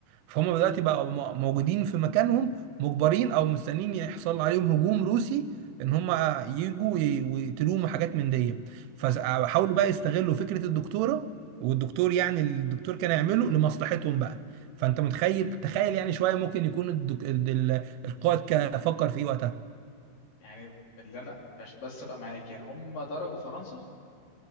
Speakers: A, on the right; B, on the left.
A: فهم دلوقتي بقوا م- موجودين في مكانهم مجبرين او مستنيين يحصل عليهم هجوم روسي ان هم يجوا ي- ويقتلوهم وحاجات من دي فحاولوا
B: و...
A: بقى يستغلوا فكره الدكتوره والدكتور يعني الدكتور كان يعمله لمصلحتهم بقى فانت متخيل تخيل يعني شويه ممكن يكون الدك... ال- ال- القائد كان فكر في ايه وقتها
B: يعني اللي انا عشان بس ابقى معاك يعني هم ضربوا فرنسا